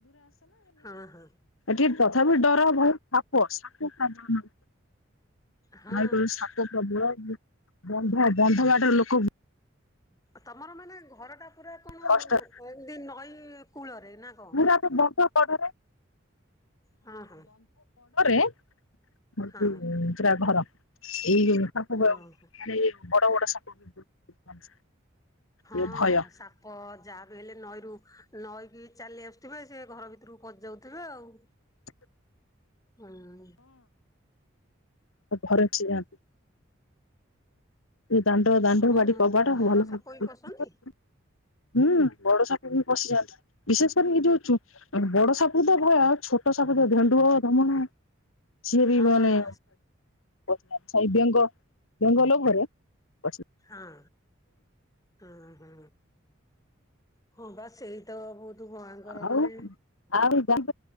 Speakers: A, on the left; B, on the left.
A: ହଁ ହଁ
B: କି ତଥାପି ଡର ଭୟ ସାପ ସାପ <unintelligible>
A: ହଁ
B: ନଈ କୂଳରେ ସାପ ପ୍ରବଳ ବନ୍ଧା ବନ୍ଧ
A: ତମ
B: ବାଡରେ ଲୋକ
A: ତମର ମାନେ ଘର ଟା ପୁରା କଣ
B: କଷ୍ଟ
A: ଏମତି ନଈ କୂଳରେ ନା କଣ?
B: ପୁରା ତ ବନ୍ଧ କଡରେ।
A: ହଁ ହଁ
B: ଏଇ
A: ହଁ
B: ଯୋଉ ସେଟା ଘର ଏଇ ଯୋଉ ସାପ ଭୟରେ
A: ଓହୋ।
B: ବଡ ବଡ ସାପ
A: ହଁ
B: ଏ ଭୟ
A: ସାପ୍ ପ ଯାହା ବି ହେଲେ ନଈରୁ ନଈକି ଚାଲି ଆସୁଥିବେ ସେ ଘର ଭିତରକୁ ପସିଯାଉଥିବେ ଆଉ।
B: <inaudible>
A: ହଁ।
B: ଘରେଅଛି ଜାଆନ୍ତୁ। ସେ ଦାଣ୍ଡ ଦାଣ୍ଡ
A: ବ
B: ବାଡି କବାଟ
A: ବଡ
B: ଭଲ
A: ସାପ
B: <unintelligible>
A: ବି ପଶନ୍ତି
B: ହୁଁ ବଡ ସାପ ବି ପଶିଯାନ୍ତି। ବିଶେଷ କରି ଏ ଯୋଉ ଚୁ ବଡ ସାପକୁ ତ ଭୟ ଛୋଟ ଛୋଟସାପ ଯୋଉ ଧେଣ୍ଡୁଅ, ଢମଣା ସିଏ ବି
A: ହଁ
B: ମାନେ <unintelligible> ବେଙ୍ଗ ଜଙ୍ଗଲ ଘରେ ପସି
A: ହଁ ହଁ ହଁ ହଁ ବା ସେଇ ତ ବହୁତ ଭଙ୍କର
B: ଆଉ
A: ମାନେ
B: ଆଉ ଗାଈ